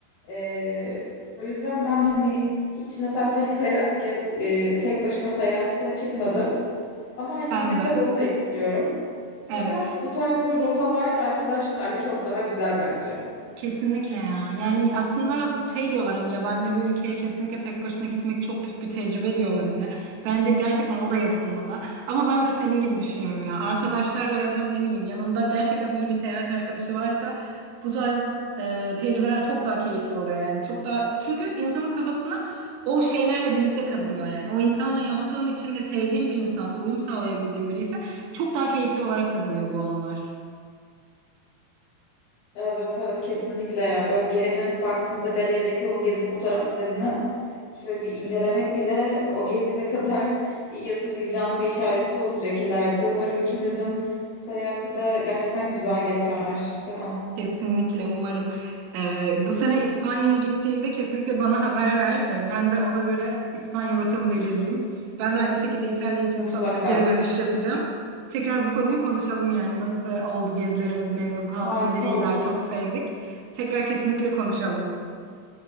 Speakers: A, on the left (about 55°); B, on the right (about 85°).
A: Ee, o yüzden ben hani hiç mesela tek seyahat ge- e, tek başıma seyahate çıkmadım. Ama hani
B: Ben
A: bir gün
B: de.
A: tabii onu da istiyorum. Fakat
B: Evet.
A: bu tarz böyle rotalar da arkadaşlarla çok daha güzel bence.
B: Kesinlikle ya. Yani aslında şey diyorlar hani yabancı bir ülkeye kesinlikle tek başına gitmek çok büyük bir tecrübe diyorlar hani. Bence gerçekten o da yapılmalı. Ama ben de senin gibi düşünüyorum ya. Arkadaşlarla ya da ne bileyim yanında gerçekten iyi bir seyahat arkadaşı varsa bu tarz e, tecrübeler çok daha keyifli oluyor yani. Çok daha çünkü insanın kafasına o şeylerle birlikte kazınıyor yani. O insanla yaptığın için ve sevdiğin bir insansa, uyum sağlayabildiğin biri ise çok daha keyifli olarak kazanıyor bu anılar.
A: Evet evet kesinlikle ya. Böyle geriye dönüp baktığında galerideki o gezi fotoğraflarını şöyle bir incelemek bile o gezi ne kadar <laughs> iyi hatırlayacağını bir işareti olacak ileride. Umarım ikimizin seyahati de gerçekten güzel geçer, değil mi?
B: Kesinlikle umarım. Ee, bu sene İspanya'ya gittiğinde kesinlikle bana haber ver. Ee, ben de ona göre İspanya rotamı belirleyeyim. Ben de aynı şekilde İtalya için
A: Mutlaka.
B: sana geri dönüş yapacağım. Tekrar bu konuyu konuşalım yani nasıl oldu gezilerimiz, memnun kaldık
A: Harika
B: mı, nereyi
A: olur.
B: daha çok sevdik. Tekrar kesinlikle konuşalım.